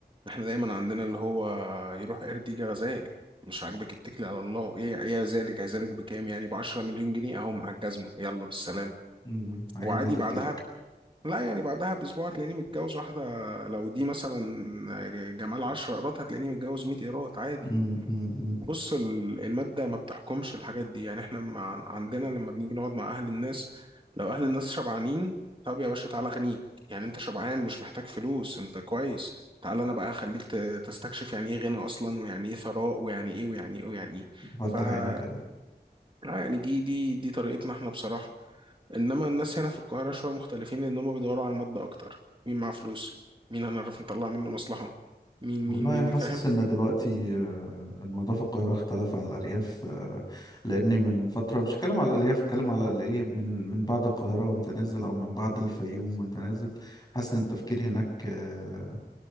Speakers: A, on the right (about 30°); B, on the left (about 25°).
A: احنا دايما عندنا اللي هو يروح قرد يجي غزال مش عاجبك اتكلي على الله ايه ايه ذلك هيذلك بكام يعني ب 10 مليون جنيه اهو مع الجزمه يلا بالسلامه
B: امم عجبني
A: وعادي
B: تفكيرك
A: بعدها ب... لا يعني بعدها باسبوع هتلاقيني متجوز واحده لو دي مثلا جمال 10 قيراط هتلاقيني متجوز 100 قيراط عادي
B: امم امم
A: بص ال- المادة ما بتحكمش الحاجات دي يعني احنا مع عندنا لما بنيجي نقعد مع أهل الناس لو أهل الناس شبعانين طب يا باشا تعالى أغنيك يعني أنت شبعان مش محتاج فلوس أنت كويس تعالى أنا بقى أخليك ت- تستكشف يعني إيه غنى أصلا ويعني إيه ثراء ويعني إيه ويعني إيه ويعني إيه
B: فتح
A: ف آه
B: عينك
A: يعني دي دي دي طريقتنا احنا بصراحة إنما الناس هنا في القاهرة شوية مختلفين لأن هم بيدوروا على المادة أكتر مين معاه فلوس مين هنعرف نطلع منه مصلحة مين
B: والله
A: مين مين
B: حاسس
A: فاهم؟
B: ان دلوقتي آه، الموضوع في القاهره اختلف عن الارياف آه، لاني من فتره مش هتكلم على الارياف هتكلم على الايه من من بعد القاهره وانت نازل او من بعد الفيوم وانت نازل حاسس ان التفكير هناك آه،